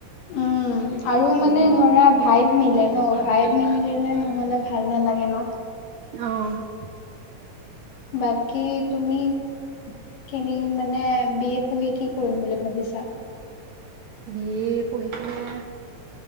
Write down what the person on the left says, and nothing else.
উম আৰু মানে
ধৰা ভাইভ মিলে ন, ভাইভ নিমিলিলে নহ'লে ভাল নালাগে ন।
বাকি তুমি খিনি মানে বি এ পঢ়ি কি কৰিম বুলি ভাবিছা?